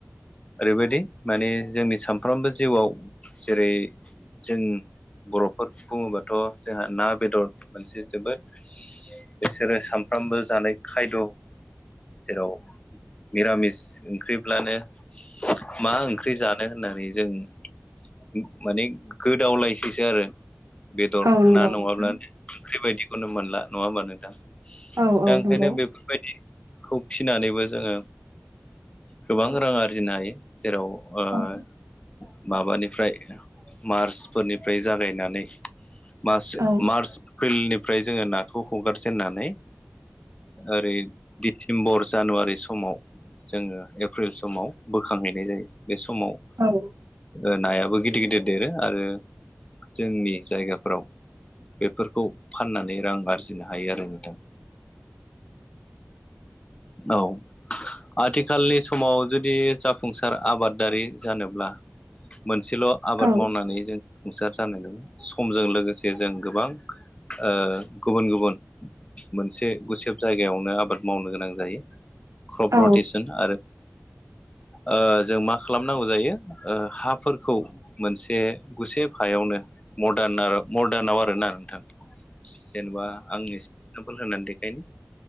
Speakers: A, on the left; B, on the right.
A: ओरैबायदि माने जोंनि सानफ्रोमबो जिउआव जेरै जों बर'फोर बुङोबाथ' जोंहा ना बेदर मोनसे जोबोद बिसोरो सामफ्रामबो जानाय खायद' जेराव मिरामिस ओंख्रिब्लानो मा ओंख्रि जानो मानो होननानै जों माने गोदावलायसैसो आरो। बेदर
B: औ नंगौ
A: ना नङाब्लानो
B: नोंथां
A: ओंख्रि बायदिखौनो मोनला नङा होमबा नोंथां?
B: औ
A: दा
B: औ
A: ओंखायनो
B: नंगौ
A: बे बेबायदिखौ फिनानैबो जोङो गोबां रां आरजिनो हायो। जेराव ओ
B: औ
A: माबानिफ्राय मार्चफोरनिफ्राय जागायनानै मास
B: औ
A: मार्च एप्रिलनिफ्राय जोङो नाखौ हगारजेननानै ओरै डिसेम्बर जानुवारि समाव जोङो एप्रिल समाव बोखांहैनाय जायो बे समाव
B: औ।
A: ओ नायाबो गिदिर गिदिर देरो आरो जोंनि जायगाफोराव बेफोरखौ फाननानै रां आरजिनो हायो आरो नोंथां। औ। आथिखालनि समाव जुदि जाफुंसार आबादारि जानोब्ला मोनसेल' आबाद
B: औ
A: मावनानै जों जाफुंसार जानांगौब्ला समजों लोगोसे जों गोबां ओ गुबुन गुबुन मोनसे गुसेब जायगायावनो आबाद मावनो गोनां जायो क्रब
B: औ
A: रतेसन आरो ओ जों मा खालामनांगौ जायो ओ हाफोरखौ मोनसे गुसेब हायावनो मदार्न-मदार्नाव आरोना नोंथां। जेनेबा आं एसे एगजामपोल होनानै देखायनि